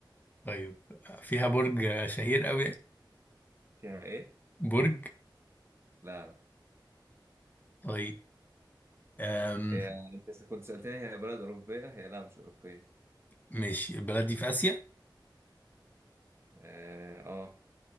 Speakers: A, on the left (about 20°); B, on the right (about 30°).
A: طيب آه، فيها برج آه، شهير قوي
B: فيها إيه؟
A: برج
B: لا لا
A: طيب أم.
B: هي أنت كنت سألتني هي بلد أوروبية هي لا مش أوروبية
A: ماشي البلد دي في آسيا
B: آه,